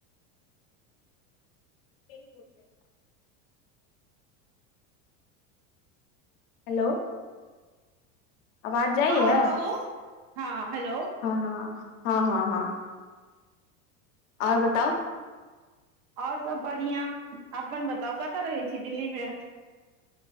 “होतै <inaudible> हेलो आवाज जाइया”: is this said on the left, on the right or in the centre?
Left